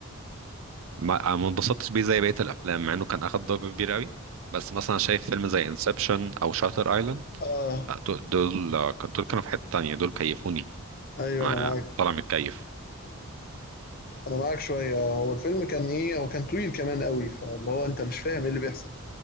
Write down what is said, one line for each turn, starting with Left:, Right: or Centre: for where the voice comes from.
Right: ما ما اتبسطتش بيه زي بقية الافلام مع انه كان اخد ضجة كبيرة قوي بس مثلا شايف فيلم زي انسبشن او شاتر ايلاند
Left: اه
Right: آه، دول دول آه، كان- دول كانوا في حتة تانية دول كيفوني
Left: ايوه
Right: انا
Left: انا معاك
Right: طالع متكيف
Left: انا معاك شويه هو الفيلم كان ايه هو كان طويل كمان قوي فاللي هو انت مش فاهم ايه اللي بيحصل